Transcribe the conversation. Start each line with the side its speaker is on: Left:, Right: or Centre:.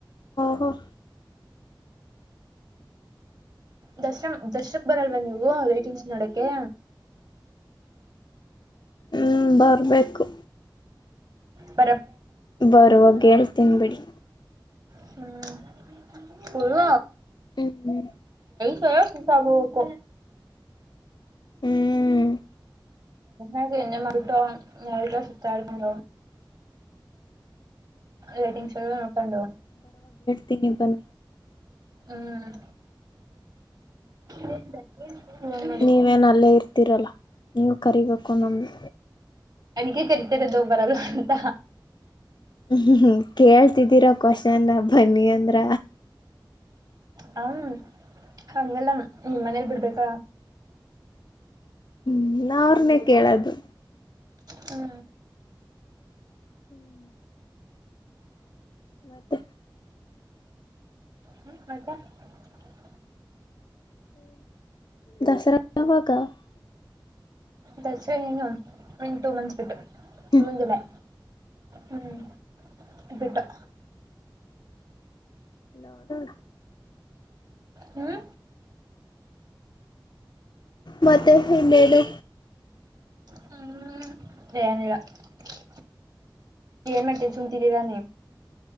Left: ಹ ಹ
Right: ದಶ್ರಮ ದಶ್ರಕ್ ಬರಲ್ವಾ ನೀವು ಹೈಟನ್ಸ್ ನೋಡಕ್ಕೆ
Left: ಹ್ಮ್ ಬರ್ಬೇಕು
Right: ಬ
Left: ಬರುವಾಗ ಹೇಳ್ತೀನಿ ಬಿಡಿ
Right: ಹ್ಮ್ ಹರು
Left: ಹ್ಮ
Right: ಹ ಸಾಗಕ
Left: ಹ್ಮ್
Right: ಎ ಎೆ ಮಟ್ಟ ಲ ಸುುತ್ತಾರಕಟ ಲೈಟಿಂಗ್ಸ್ ಎಲ್ಲ ನ ಕೊಂಡಣ
Left: ತಿನ್ನಿ ಬನ್ನಿ
Right: ಹ್ಮ್ <inaudible> ಮಾಡಿ
Left: ನೀವೇನ್ ಅಲ್ಲೇ ಇರ್ತೀರಲ್ಲ ನೀವು ಕರಿಬೇಕು ನಮ್ದು
Right: ಅಡಿಕೆ ಕರಿತಾರ ಅದು ಬರಲ್ಲ ಅಂತ
Left: ಹ್ಮ್ ಕೇಳ್ತಿದ್ದೀರಾ ಕ್ವಶನ್ ಬನ್ನಿ ಅಂದ್ರ
Right: ಹ ಹಂಗಲ್ಲ ನಿಮ್ಮ್ ಮನೇಲಿ ಬಿಡ್ಬೇಕ
Left: ಹ್ಮ ಅವ್ರನೆೇ ಕೇಳದು
Right: ಹ್ಮ
Left: ಹ್ಮ್ ಮತ್ತೆ
Right: ಹ್ಮ <unintelligible>
Left: ದಸರ <unintelligible>
Right: ದಸರಾ ಇನ್ನೇನು ಟು ಮಂಚ್ಸ್ ಬಿಟ್ಟು
Left: ಹ್ಮ
Right: ಜುನ್ ಜುಲೈ ಹ್ಮ್ ಇ ಬಿಟ್ಟು
Left: ನೋಡೋಣ
Right: ಹ್ಮ್
Left: ಮತ್ತೆ ಇನ್ನೇನು
Right: ಹ್ಮ್ ಏನಿಲ್ಲ <unintelligible> ಯನ್ಮಂಟೆ ಚುತಿರರಾನೆ